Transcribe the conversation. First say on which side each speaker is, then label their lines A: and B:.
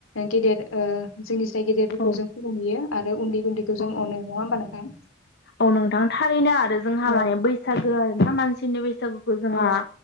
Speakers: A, on the left (about 80°); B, on the left (about 55°).
A: गेदेर ओ जोंनि जाय गेदेरफोरखौ
B: औ
A: जों खुुलुमहैयो आरो उन्दै उन्दैखौ जों
B: औ
A: अनो नङा होमबा नोंथां?
B: औ नोंथां थारैनो आरो। जोंहा
A: औ
B: माने बैसागो आरो ना? मानसिनि बै बैसागुखौ जोङा
A: औ